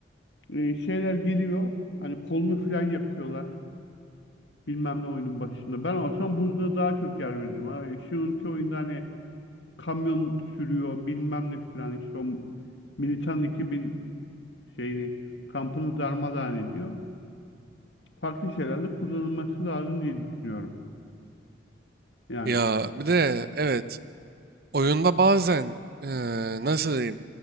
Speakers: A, on the left; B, on the right.
A: e, şeyler geliyor. Hani kolunu falan yakıyorlar. Bilmem ne oyunun başında. Ben olsam Boozer'a daha çok yer veririm. Ha, şu anki oyunda hani kamyon sürüyor bilmem ne falan işte o Militan 2000 şeyini kampını darmadağın ediyor. farklı şeylerde kullanılması lazım diye düşünüyorum. Yani.
B: Ya bir de evet oyunda bazen eee, nasıl diyeyim